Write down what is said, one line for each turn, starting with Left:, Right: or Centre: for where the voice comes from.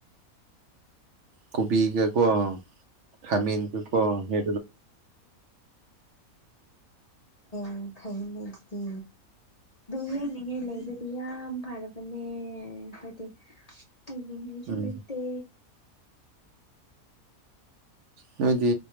Right: ꯀꯣꯕꯤ ꯀꯦ ꯀꯣ ꯈꯃꯤꯟ ꯀ ꯀꯣ ꯍꯦ
Left: ꯑꯩ ꯐꯅ ꯑꯗꯨꯗꯤ ꯕꯤ ꯍꯤꯡꯅꯤꯡꯉꯥꯏ ꯂꯩꯕꯗꯤ ꯌꯥꯝ ꯐꯔꯕꯅꯦ ꯍꯥꯏꯣꯏꯗꯤ ꯍꯥꯏꯅꯤꯡꯉꯩꯁꯨ
Right: ꯎꯝ
Left: ꯂꯩꯇꯦ
Right: ꯅꯣꯏꯗꯤ